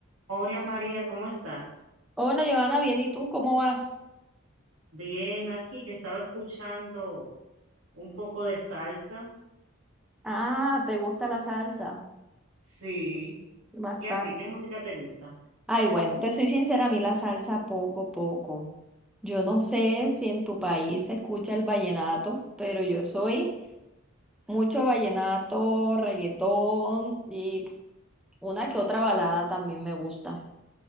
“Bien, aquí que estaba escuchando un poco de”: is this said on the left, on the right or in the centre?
Right